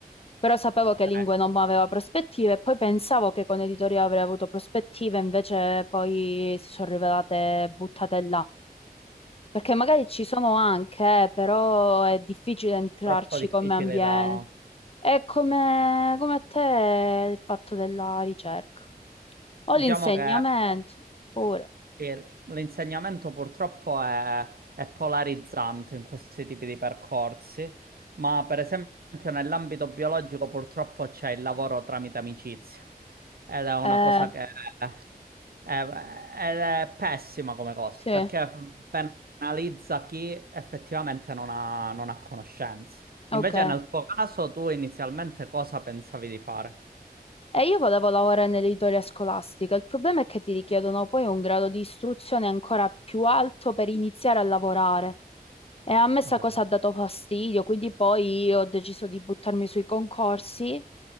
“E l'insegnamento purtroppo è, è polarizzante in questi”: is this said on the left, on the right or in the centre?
Right